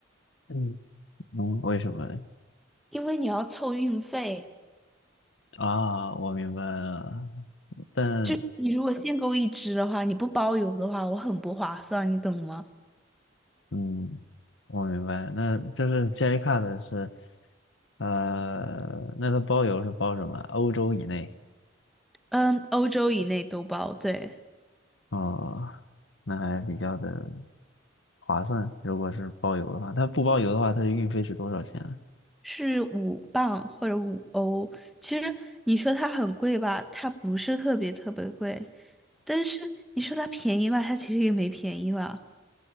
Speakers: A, on the left; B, in the centre.
A: 嗯，嗯，为什么嘞
B: 因为你要凑运费，
A: 啊，我明白了。但
B: 就是你如果限购一只的话，你不包邮的话，我很不划算，你懂吗？
A: 嗯，我明白，那就是杰 c 卡的是，呃，那它包邮是包什么？欧洲以内
B: 嗯，欧洲以内都包，对，
A: 哦，那还比较的。划算。如果是包邮的话，它不包邮的话，它的运费是多少钱呢？
B: 是五磅或者五欧。其实你说它很贵吧，它不是特别特别贵，但是你说它便宜吧，它其实也没便宜吧。